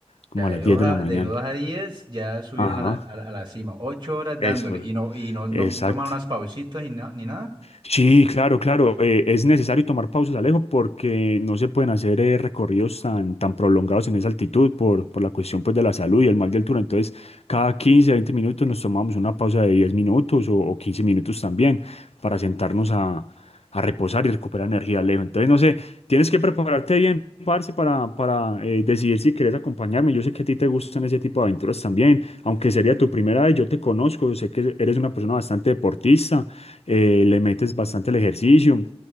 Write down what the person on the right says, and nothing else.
Ya
de
dos
a,
de dos a 10 ya subieron
a la, a la- a la cima. 8 horas dándole
y no, y no, no
toman unas pausitas y na- ni nada.